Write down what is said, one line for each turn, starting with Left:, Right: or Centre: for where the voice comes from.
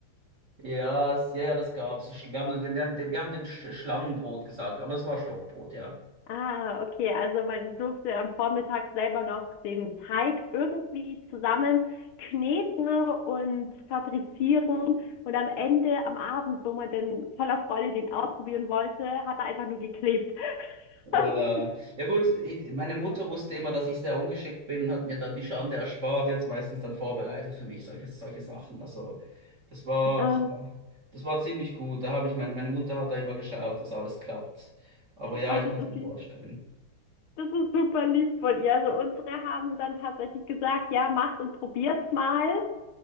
Right: Ja, es- ja, ja, das gab's. So Schl- Wir haben, wir haben, wir haben dem Sch- Schlangenbrot gesagt, aber es war Stockbrot, ja.
Left: Ah, okay. Also man durfte am Vormittag selber noch den Teig irgendwie zusammen kneten und fabrizieren. Und am Ende, am Abend, wo man dann voller Freude den ausprobieren wollte, hat er einfach nur geklebt. <laughs>
Right: Äh,
Left: Das ist,
Right: ja gut, ich, meine Mutter wusste immer, dass ich sehr ungeschickt bin, hat mir dann die Schande erspart, die hat es meistens dann vorbereitet für mich, solche, solche Sachen. Also das war,
Left: ähm,
Right: das war, das war ziemlich gut. Da habe ich meine, meine Mutter hat da immer geschaut, dass alles klappt. Aber ja,
Left: und
Right: ich kann
Left: das
Right: es
Left: ist,
Right: mir vorstellen.
Left: das ist super lieb von ihr. Also unsere haben dann tatsächlich gesagt, ja, macht und probiert's mal.